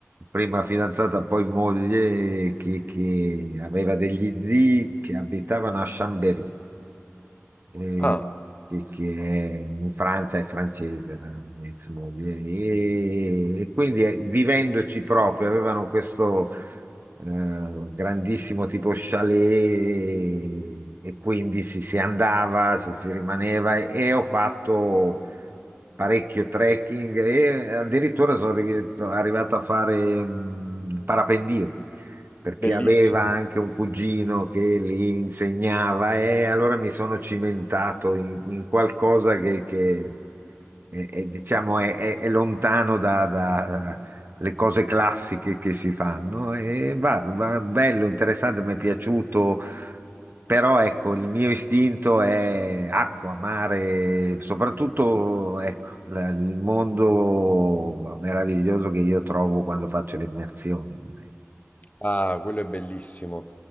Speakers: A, on the right; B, on the left.
A: prima fidanzata, poi moglie, che, che aveva degli zii che abitavano a Chambéry, eh,
B: Ah,
A: che, che è in Francia, è francese, la mia ex moglie, e, e quindi eh, vivendoci proprio, avevano questo eh, grandissimo tipo chalet e quindi si, si andava, si, si rimaneva e, e ho fatto parecchio trekking e addirittura sono arri- arrivato a fare mh, parapendio perché
B: bellissimo.
A: aveva anche un cugino che li insegnava e allora mi sono cimentato in, in qualcosa che, che è, è, diciamo è, è- è lontano da, da- le cose classiche che si fanno e guarda, bello, interessante, mi è piaciuto però ecco, il mio istinto è acqua, mare, soprattutto ecco, la- il mondo meraviglioso che io trovo quando faccio le immersioni.
B: Ah, quello è bellissimo.